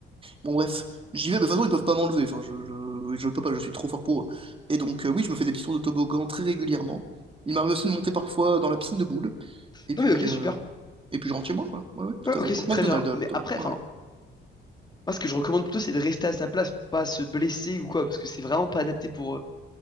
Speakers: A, on the right; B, on the left.
A: Bon bref, j'y vais, mais de toute façon ils peuvent pas m'enlever, enfin je, je, je peux pas, je suis trop fort pour eux. Et donc euh, oui, je me fais des petits tours de toboggan très régulièrement. Il m'arrive aussi de monter parfois dans la piscine de boules, et
B: Non
A: puis,
B: mais ok,
A: euh,
B: super.
A: et puis je rentre chez moi, quoi. Ouais, ouais, tout
B: Ouais,
A: à
B: ok,
A: fait.
B: c'est
A: Donc
B: très
A: McDonald's
B: bien.
A: euh,
B: Mais
A: plutôt,
B: après, enfin,
A: ouais. ouais.
B: moi ce que je recommande plutôt, c'est de rester à sa place, pour pas se blesser ou quoi, parce que c'est vraiment pas adapté pour euh,